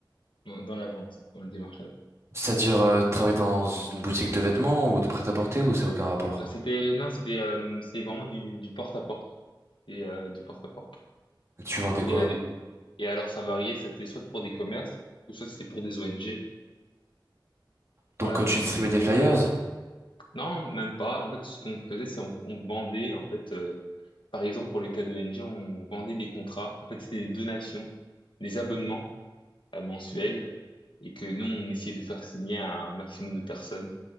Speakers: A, on the left; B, on the right.
A: dans, dans la vente, dans le démarchage.
B: C'est-à-dire, euh, travailler dans une boutique de vêtements ou de prêt-à-porter ou c'est aucun rapport?
A: C'était non, c'était euh, c'était vraiment du du porte à porte, et euh, du porte à porte.
B: Tu vendais quoi?
A: Et, allez- et alors, ça variait, ça était soit pour des commerces, ou soit c'était pour des ONG.
B: Donc,
A: Euh,
B: euh, tu distribuais des flyers?
A: non, même pas. En fait, ce qu'on faisait, c'est on, on vendait, en fait, euh, par exemple, pour le cas d'ONG, on vendait des contrats. En fait, c'était des donations, des abonnements euh, mensuels, et que nous, on essayait de faire signer à un maximum de personnes